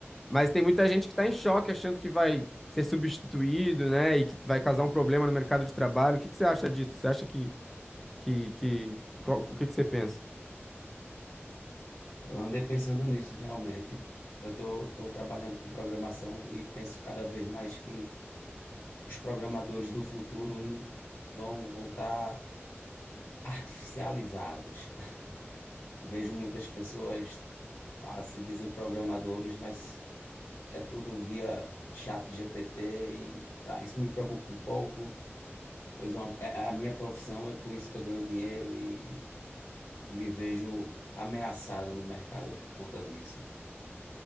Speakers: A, in the centre; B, on the left.
A: Mas tem muita gente que está em choque achando que vai ser substituído, né? E que vai causar um problema no mercado de trabalho. O que que você acha disso? Você acha que, que, que, qual- o que que você pensa?
B: Eu andei pensando nisso realmente. Eu tô, tô trabalhando com programação e penso cada vez mais que os programadores do futuro n- vão vão estar artificializados. <laughs> Vejo muitas pessoas pá, se dizem programadores, mas é tudo via chat GPT e pá, isso me preocupa um pouco, pois é uma- é- é a minha profissão é com isso que eu ganho dinheiro e me vejo ameaçado no mercado por conta disso.